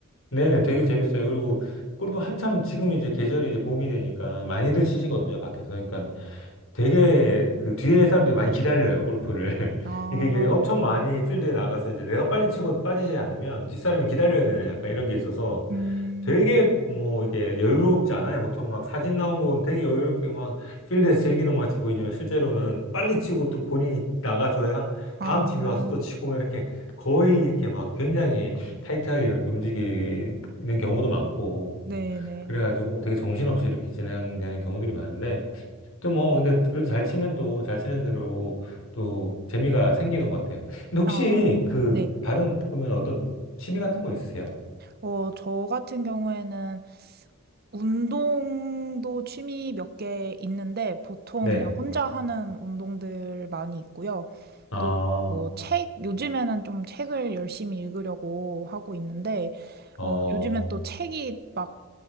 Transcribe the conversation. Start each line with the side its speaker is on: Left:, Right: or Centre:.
Left: 네네. 되게 재밌어요. 그리고 골프 한참 지금 이제 계절이 이제 봄이 되니까 많이들 치시거든요, 밖에서. 그러니까 되게 그 뒤에 사람들이 많이 기다려요, 골프를.
Right: 아,
Left: <laughs> 이게, 이게 엄청 많이 필드에 나가서 이제 내가 빨리 치고 빠지지 않으면 뒷사람이 기다려야 되는 약간 이런 게 있어서
Right: 음,
Left: 되게 뭐 이게 여유롭지 않아요. 보통 막 사진 나온 거 보면 되게 여유롭게 막 필드에서 즐기는 것 같이 보이지만 실제로는 빨리 치고 또 본인이 나가줘야
Right: 아,
Left: 다음 팀이 와서 또 치고 막 이렇게 거의 이렇게 막 굉장히 타이트하게 그렇게 움직이는 경우도 많고
Right: 네네.
Left: 그래가지고 되게 정신없이 이렇게 진행되는 경우들이 많은데 또 뭐 근데 그래도 잘 치면 또 잘 치는 대로 또 재미가 생기는 것 같아요. 근데 혹시
Right: 아,
Left: 그
Right: 네.
Left: 다른 그러면 어떤 취미 같은 거 있으세요?
Right: 어, 저 같은 경우에는 운동도 취미 몇 개 있는데 보통
Left: 네네.
Right: 음. 그냥 혼자 하는 운동들 많이 있고요.
Left: 아.
Right: 또 뭐 어, 책, 요즘에는 좀 책을 열심히 읽으려고 하고 있는데,
Left: 어,
Right: 어, 요즘엔 또 책이 막